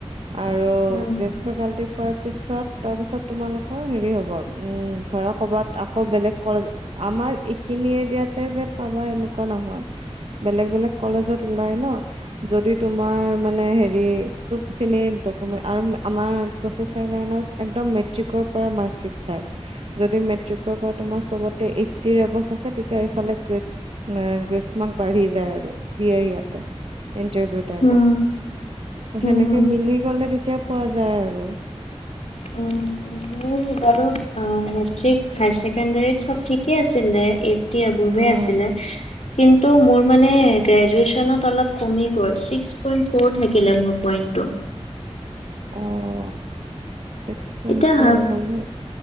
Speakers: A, on the right; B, on the left.
A: আৰু
B: উম
A: গেষ্ট ফেকাল্টি পোৱাৰ পিছত তাৰপিছত তোমালোকৰ হেৰি হ'ব উম ধৰা কৰ'বাত আকৌ বেলেগ কলে আমাৰ এইখিনিয়ে ইয়াতে যে পাবা এনেকুৱা নহয়। বেলেগ-বেলেগ কলেজত ওলাই ন? যদি তোমাৰ মানে হেৰি আমাৰ খিনিৰ ডকুমেন্ট, আম-আমাৰ প্ৰফেছৰ লাইনত একদম মেট্ৰিকৰ পৰা মাৰ্কশ্বিট চায়। যদি মেট্ৰিকৰ পৰা তোমাৰ চবতে এইটটিৰ এবভ আছে, তেত এতিয়া ইফালে গ গ্ৰীষ্মক বাঢ়ি যায় আৰু দিয়ে ইয়াতে। ইণ্টাৰভিউ টাইমত।
B: উম উম
A: সেনেকে
B: উম
A: মিলি গলে তেতিয়া পোৱা যায় আৰু।
B: উম মোৰ বাৰু আ মেট্ৰিক হায় ছেকেণ্ডাৰীত চব ঠিকে আছিলে এই <unintelligible> বোৰে
A: উম
B: আছিলে কিন্তু মোৰ মানে গ্ৰেজুৱে্চনত অলপ কমি গ'ল ছিক্স পইণ্ট ফ'ৰ থাকিলে মোৰ পইণ্টটো
A: অঁঃ। ছিক্স পইণ্ট
B: এতিয়া
A: ফৰ
B: ভাব
A: হয় ন।